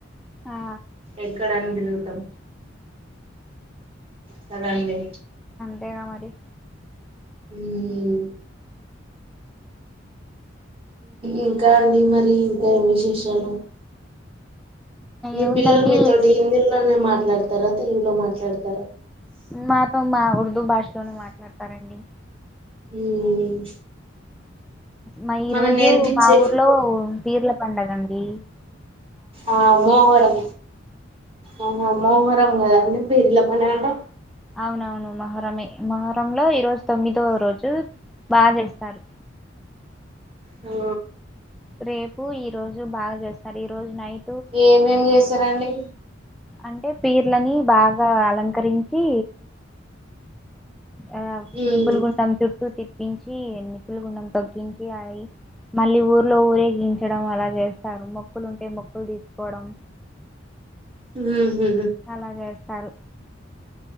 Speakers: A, in the centre; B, on the right (about 30°).
A: ఆ
B: ఎక్కడని తిరుగుతాం కదండి
A: అంతేగా మరి
B: ఉమ్ ఇంకా అండి మరి ఇంకా ఏం విశేషాలు మీ
A: ఏముందండి
B: పిల్లలు మీతోటి హిందీలోనే మాట్లాడతారా తెలుగులో మాట్లాడతారా
A: మాతో మా ఉర్దూ భాషలోనే మాట్లాడతారండి
B: ఉమ్
A: మా ఈ
B: మనం
A: రోజు
B: నేర్పించే
A: మా ఊర్లో బీర్ల పండగ అండి
B: ఆ మోహోరం ఆ మోహరం కదా అండి పీర్ల పండగ అంటే
A: అవునవును మొహరమే మొహరంలో ఈ రోజు తొమ్మిదో రోజు బా చేస్తారు
B: ఓ
A: రేపు ఈ రోజు బాగా చేస్తారు ఈ రోజు నైట్
B: ఏమేమి చేసారండి
A: అంటే పీర్లని బాగా అలంకరించి ఆ
B: ఉమ్,
A: నింపులు గుంటాం చుట్టూ తి తించి నిప్పుల గుండం తొక్కించి అది మళ్ళీ ఊర్లో ఊరేగించడం అలా చేస్తారు మొక్కులు ఉంటే మొక్కులు తీర్చుకోవడం
B: ఉహు
A: అలా చేస్తారు